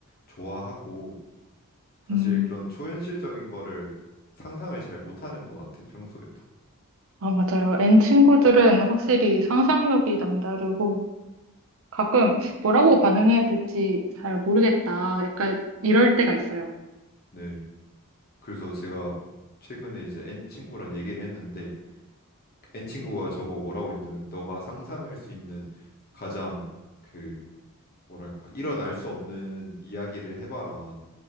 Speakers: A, on the left; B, on the right.
A: 좋아하고 사실
B: 음,
A: 그런 초현실적인 거를 상상을 잘 못하는 것 같아요, 평소에도.
B: 아 맞아요. N 친구들은 확실히 상상력이 남다르고 가끔 뭐라고 반응해야 될지 잘 모르겠다. 약간 이럴 때가 있어요.
A: 네. 그래서 제가 최근에 이제 N 친구랑 얘기를 했는데 그 N 친구가 저보고 뭐라고 했냐면 너가 상상할 수 있는 가장 그 뭐랄까 일어날 수 없는 이야기를 해봐라.